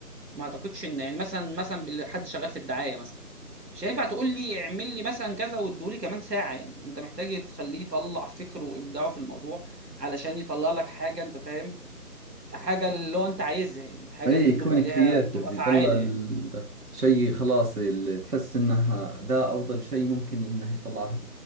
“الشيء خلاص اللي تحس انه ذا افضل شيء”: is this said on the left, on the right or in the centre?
Right